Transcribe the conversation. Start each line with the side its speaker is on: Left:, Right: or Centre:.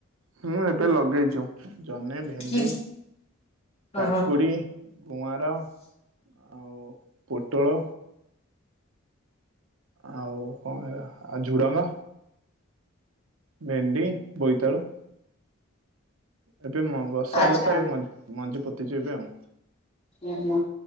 Right: ହୁଁ ଏବେ ଲଗେଇଚୁ। ଜହ୍ନି ଭେଣ୍ଡି
Left: କି ଅ
Right: ତାକୁଡ଼ି ଗୁଆଁର। ଆଉ ପୋଟଳ। ଆଉ କଣ ବା ଆ ଝୁଡ଼ଙ୍ଗ। ଭେଣ୍ଡି ବୋଇତାଳୁ। ଏବେ ମ ବର୍ଷା
Left: ଆଚ୍ଛା
Right: ହେଲା ତ ଏବେ ମ <unintelligible> ମଞ୍ଜି ପୋତିଛୁ ଏବେ ଆଉ।
Left: ଉଁ ହୁଁ।